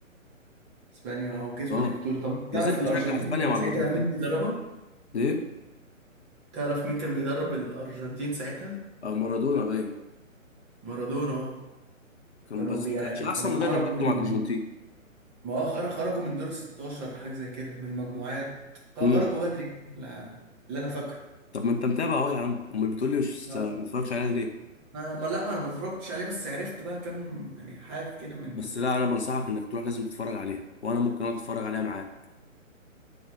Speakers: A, on the right; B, on the left.
A: اسبانيا اه وكسبت
B: اه
A: البطوله طب انت
B: ما
A: تعرف
B: زلت
A: الارجنتين
B: بشجع اسبانيا
A: كان
B: مع
A: ساعتها
B: الارجنتين
A: مين بيدربها؟
B: ليه؟
A: تعرف مين كان بيدرب الارجنتين ساعتها؟
B: اه مارادونا باين
A: مارادونا اه
B: كان
A: كانوا
B: بس
A: بي...
B: ما كانش احسن
A: كانوا
B: مدرب
A: خرجوا
B: برضه
A: من
B: مع الارجنتين
A: ما هو خر- خرجوا من دور ال 16 حاجه زي كده من المجموعات خرجوا
B: امم
A: بدري لا... اللي انا فاكره
B: طب ما انت متابع اهو يا عم امال بتقول لي مش
A: ما...
B: س- ما اتفرجش عليها ليه؟
A: ما ما- لا انا ما اتفرجتش عليه بس عرفت بقى كام يعني حاجه كده من
B: بس لا انا بنصحك انك تروح لازم تتفرج عليها وانا ممكن اقعد اتفرج عليها معاك